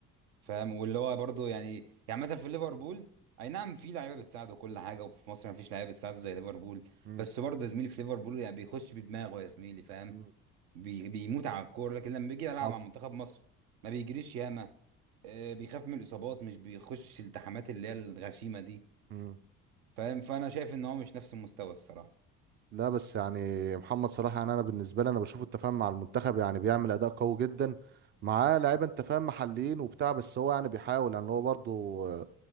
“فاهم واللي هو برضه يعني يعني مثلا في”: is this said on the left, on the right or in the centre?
Right